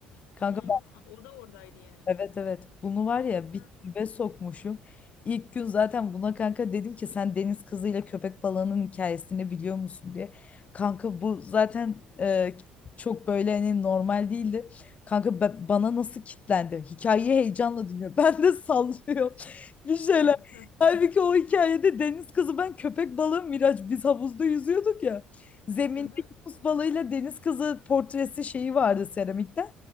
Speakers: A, on the left; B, on the left.
A: Kanka
B: Hı, a- o da oradaydı yani.
A: Evet evet bunu var ya
B: Hı.
A: bir tribe sokmuşum. İlk gün zaten buna kanka dedim ki sen deniz kızıyla köpek balığının hikayesini biliyor musun diye. Kanka bu zaten e, çok böyle hani normal değildi. Kanka ba- bana nasıl kitlendi? Hikayeyi heyecanla dinliyor. <laughs> Ben de sallıyorum <laughs> bir şeyler.
B: <laughs>
A: Halbuki o hikayede deniz kızı ben köpek balığı Miraç biz havuzda yüzüyorduk ya. Zeminde
B: Aha.
A: yunus balığıyla deniz kızı portresi şeyi vardı seramikten.